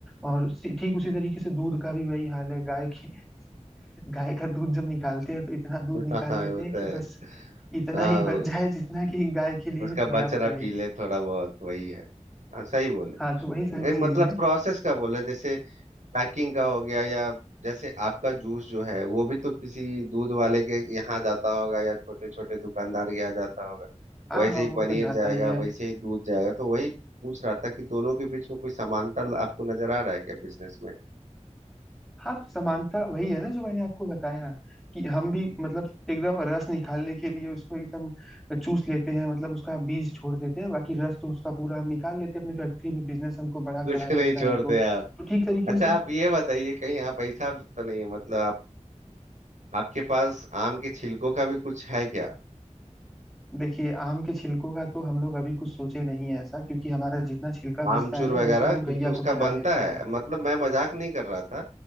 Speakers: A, in the centre; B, on the right.
A: और सी- ठीक उसी तरीके से दूध का भी वही हाल है गाय की गाय का दूध जब निकालते हैं तो इतना दूध
B: <laughs>
A: निकाल
B: हाँ
A: लेते
B: वो
A: हैं
B: तो है
A: कि बस इतना
B: आओ।
A: ही बच जाए जितना कि गाय के लिए
B: उसका बचड़ा
A: पर्याप्त रहे
B: पी ले थोड़ा बहुत वही है हाँ, सही बोले
A: हाँ तो वही सारी
B: नहीं, मतलब
A: चीजें हैं
B: प्रोसेस का बोले जैसे पैकिंग का हो गया या जैसे आपका जूस जो है वो भी तो किसी दूध वाले के यहाँ जाता होगा या छोटे छोटे दुकानदार के यहाँ जाता होगा
A: हाँ
B: वैसे
A: हाँ
B: ही
A: वो
B: पनीर
A: तो जाता
B: जाएगा
A: ही है
B: वैसे ही दूध जाएगा तो वही पूछ रहा था कि दोनों के बीच में कोई समानता आपको नजर आ रहा है क्या बिजनेस में
A: हाँ तो समानता वही है ना जो मैंने आपको बताया कि हम भी मतलब एकदम रस निकालने के लिए उसको एकदम चूस लेते हैं मतलब उसका बीज छोड़ देते हैं बाकी रस तो उसका पूरा हम निकाल लेते हैं अपनी फैक्ट्री में बिजनेस हमको
B: <laughs>
A: बड़ा
B: कुछ
A: खड़ा
B: नहीं
A: करना
B: छोड़ते
A: है तो
B: आप
A: तो ठीक तरीके
B: अच्छा
A: से
B: आप ये बताइए कहीं आप ऐसा तो नहीं है मतलब आप आपके पास आम के छिलकों का भी कुछ है क्या
A: देखिए आम के छिलकों का तो हम लोग अभी कुछ सोचे नहीं है ऐसा क्योंकि हमारा जितना छिलका
B: आमचूर
A: बचता है ना
B: वगैरह
A: वो सब हम
B: क्योंकि
A: गैया
B: उसका
A: को खिला
B: बनता
A: देते
B: है
A: हैं
B: मतलब मैं मजाक नहीं कर रहा था